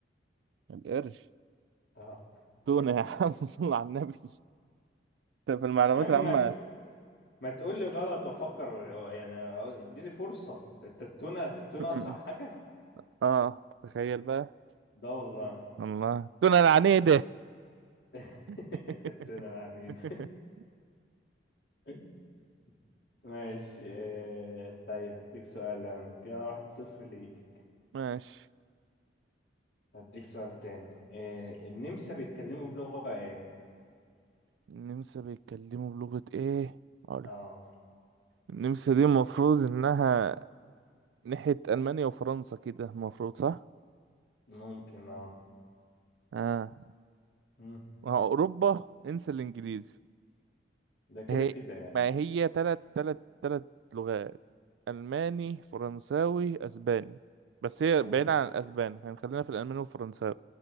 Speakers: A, on the right; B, on the left.
A: القرش
B: اه
A: تونة
B: <laughs>
A: يا عم <laughs> صل على النبي انت في المعلومات
B: يا عم
A: العامة
B: ما تق... ما تقول لي غلط وافكر يعني اديني فرصة انت التونة التونة
A: <laughs>
B: اسرع حاجة
A: اه تخيل بقى
B: ده والله
A: الله دون العنيدة
B: <laughs>
A: <laughs>
B: التونة العنيد <laughs> ماشي آه، طيب هديك سؤال أنا. كده واحد صفر ليك
A: ماشي
B: هديك سؤال تاني إيه النمسا بيتكلموا بلغة ايه؟
A: النمسا بيتكلموا بلغة ايه اقول
B: اه
A: النمسا دي المفروض انها ناحية المانيا وفرنسا كده المفروض صح
B: ممكن اه
A: اه
B: مم.
A: ما هو اوروبا انسى الانجليزي
B: ده كده
A: هي
B: كده يعني
A: ما هي تلات تلات تلات لغات الماني فرنساوي اسباني بس هي
B: حلو
A: بعيدة عن الاسباني يعني خلينا في الالماني والفرنساوي